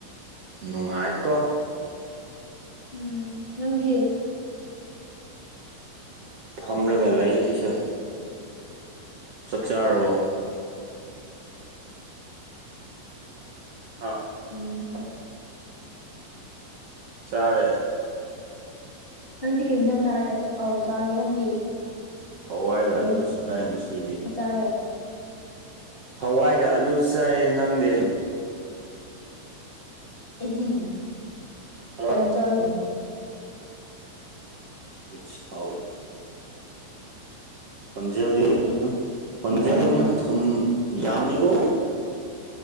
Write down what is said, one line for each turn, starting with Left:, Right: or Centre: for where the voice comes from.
Right: ꯅꯨꯡꯉꯥꯏꯀꯣ
Left: ꯎꯝ ꯅꯪꯗꯤ
Right: ꯐꯝꯔꯒ ꯂꯩ ꯑꯩꯁꯨ ꯆꯥꯛ ꯆꯥꯔꯕꯣ ꯑꯥ
Left: ꯎꯝ <unintelligible>
Right: ꯆꯥꯔꯦ
Left: ꯅꯪꯗꯤ ꯀꯩ ꯍꯦꯡꯖꯥꯡ ꯆꯥꯔꯦ ꯑꯧ ꯆꯥꯔꯦ ꯅꯪꯗꯤ
Right: ꯍꯋꯥꯏꯒ
Left: ꯀꯩ
Right: ꯑꯂꯨ
Left: ꯍꯤꯟꯖꯥꯡ
Right: ꯆꯥꯏ ꯉꯁꯤꯗꯤ
Left: ꯆꯥꯔꯦ
Right: ꯍꯋꯥꯏꯒ ꯑꯂꯨ ꯆꯥꯏꯌꯦ ꯅꯪꯗꯤ
Left: ꯑꯩꯗꯤ
Right: ꯍꯜꯂꯣ
Left: ꯌꯣꯟ ꯆꯥꯒꯤ__ <unintelligible>
Right: <unintelligible> ꯍꯥꯎꯋꯦ ꯈꯣꯟꯖꯦꯜꯗꯤ <unintelligible> ꯈꯣꯟꯖꯦꯜ
Left: ꯍꯥꯎꯕꯅꯦ
Right: ꯌꯥꯝ ꯊꯨꯝ ꯌꯥꯝꯃꯦꯀꯣ